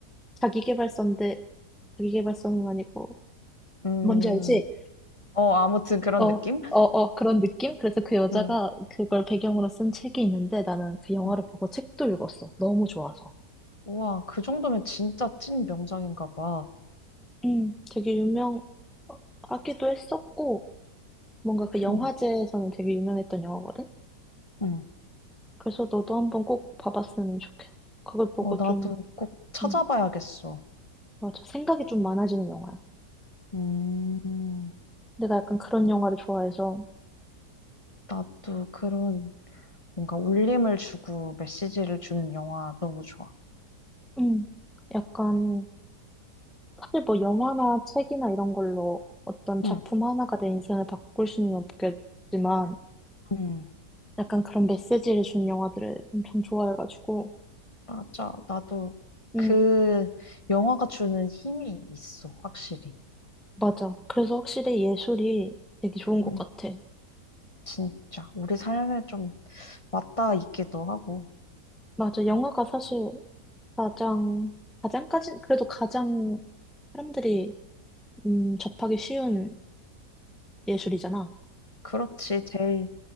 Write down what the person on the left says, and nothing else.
음,
어, 아무튼 그런
느낌?
음,
음.
우와, 그 정도면 진짜 찐 명작인가 봐.
음,
음.
어, 나도
꼭 찾아봐야겠어.
음,
나도 그런 뭔가 울림을 주고 메시지를 주는 영화 너무 좋아.
응,
음.
맞아. 나도 그
영화가 주는 힘이 있어, 확실히.
응.
진짜. 우리 삶에 좀 맞닿아 있기도 하고.
그렇지. 제일,